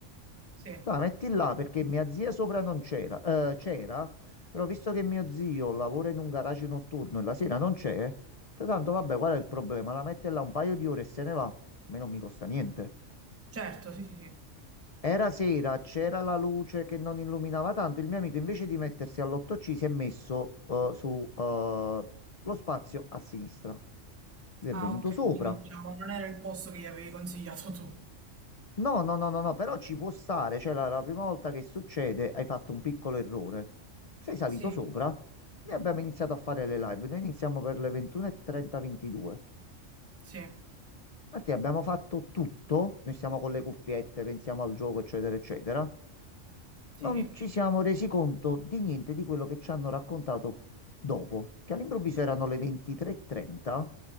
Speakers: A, on the right; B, on the left.
A: Sì.
B: tu la metti là perché mia zia sopra non c'era, eh, c'era, però visto che mio zio lavora in un garage notturno e la sera non c'è, tanto vabbè, qual è il problema? La mette là un paio di ore e se ne va, a me non mi costa niente.
A: Certo, sì, sì, sì.
B: Era sera, c'era la luce che non illuminava tanto. Il mio amico, invece di mettersi all'8C, si è messo eh, su eh, lo spazio a sinistra. Lui è
A: Ah,
B: venuto
A: ok,
B: sopra.
A: quindi diciamo non era il posto che gli avevi consigliato tu.
B: No, no, no, no, no, però ci può stare. Cioè, la, la prima volta che succede, hai fatto un piccolo errore. Sei salito
A: Sì,
B: sopra. Noi abbiamo iniziato a fare le live. Noi iniziamo per le 21.30, 22.
A: sì,
B: Infatti abbiamo fatto tutto. Noi siamo con le cuffiette, pensiamo al gioco, eccetera, eccetera.
A: sì,
B: non ci siamo resi conto di niente di quello che ci hanno raccontato dopo, che all'improvviso erano le 23.30. Non